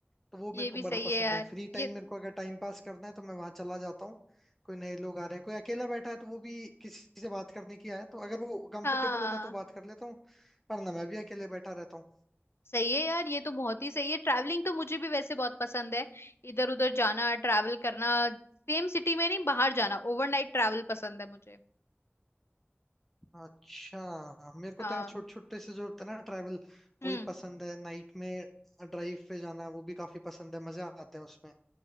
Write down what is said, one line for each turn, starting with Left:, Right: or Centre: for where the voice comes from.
Centre: तो वो
Left: ये
Centre: मेरे को
Left: भी
Centre: बड़ा
Left: सही
Centre: पसंद
Left: है यार
Centre: है फ्री
Left: ये
Centre: टाइम मेरे को अगर टाइम पास करना है तो मैं वहां चला जाता हूँ कोई नए लोग आ रहे हैं कोई अकेला बैठा है तो वो भी किसी से बात करने की आया है तो अगर वो कंफर्टेबल
Left: हाँ
Centre: होता है तो बात कर लेता हूँ पर ना मैं भी अकेले बैठा रहता हूँ
Left: सही है यार ये तो बहुत ही सही है ट्रैवलिंग तो मुझे भी वैसे बहुत पसंद है इधर उधर जाना ट्रैवल करना सेम सिटी में नहीं बाहर जाना ओवरनाइट ट्रैवल पसंद है मुझे
Centre: अच्छा मेरे को
Left: हाँ
Centre: तो यार छोटे छोटे से जो होता है ना ट्रैवल
Left: हम्म
Centre: वो ही पसंद है नाइट में ड्राइव पे जाना वो भी काफी पसंद है मजा आते हैं उसमें